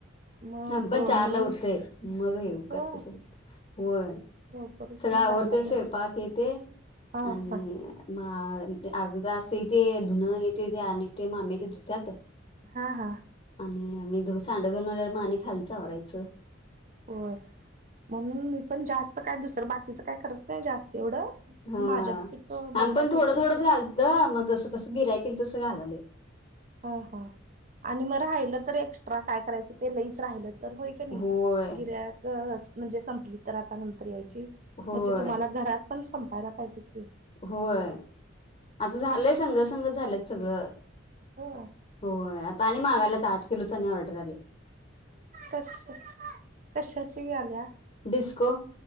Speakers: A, on the right (about 40°); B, on the left (about 35°).
A: मग
B: हा पण चार
A: म्हणून
B: ला उठतय. मग येऊ का
A: हो
B: तसं. होय
A: लवकर उठून
B: सगळे आवरतय
A: करायला
B: स्वयंपाक
A: पाहिजे
B: हे ते
A: हा
B: आणि
A: हा
B: मा हा अर्धा तास ते ते धुणं हे ते. ते आणि ते मामी ते धुत्यात.
A: हा हा.
B: आणि आम्ही दो सांडग घालून आल्यावर म आणि खाल्लच आवरायचं.
A: होय म्हणून मी पण जास्त काय दूसर बाकी तिचं काय करत नाही जास्त एवढं.
B: हा
A: माझ्या पुरतं बटाट्याचे
B: आम्ही पण थोडं थोडंच
A: चिप्स
B: घालत, मग जसं जसं गिरायकल तसं घालाले.
A: हा हा आणि मग राहिलं तर एक्स्ट्रा. काय करायचं ते लईच राहिलं. तर होय का नाही
B: होय
A: गिराईक आस म्हणजे संपली तर आता नंतर या ची
B: होय
A: मग ते तुम्हाला घरात पण संपायला पाहिजे. की
B: होय आता झालंय संघ संंगच झालेत सगळं.
A: हो.
B: आता आणि मागायला, आठ किलो ऑर्डर आले.
A: कस कशाची आल्या.
B: डिस्को